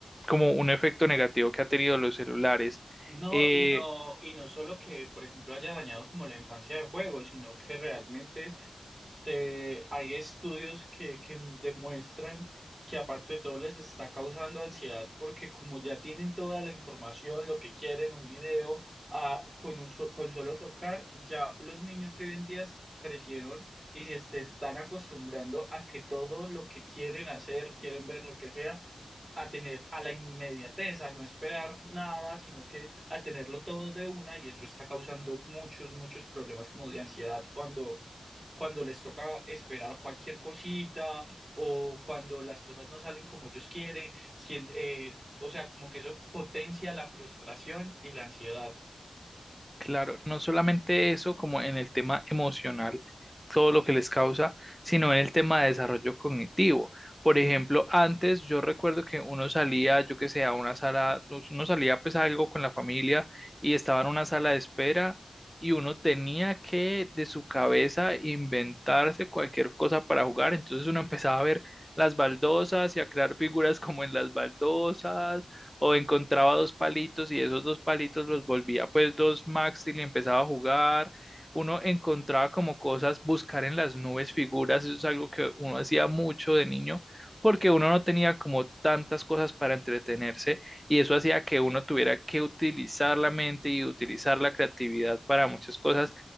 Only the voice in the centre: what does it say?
como un efecto negativo que ha tenido los celulares.
Eh,
Claro, no solamente eso, como en el tema emocional, todo lo que les causa, sino en el tema de desarrollo cognitivo. Por ejemplo, antes yo recuerdo que uno salía, yo que sé, a una sala, pues, uno salía pues a algo con la familia y estaba en una sala de espera y uno tenía que de su cabeza inventarse cualquier cosa para jugar. Entonces uno empezaba a ver las baldosas y a crear figuras como en las baldosas o encontraba dos palitos y esos dos palitos los volvía pues dos max y le empezaba a jugar. Uno encontraba como cosas, buscar en las nubes figuras, eso es algo que uno hacía mucho de niño, porque uno no tenía como tantas cosas para entretenerse y eso hacía que uno tuviera que utilizar la mente y utilizar la creatividad para muchas cosas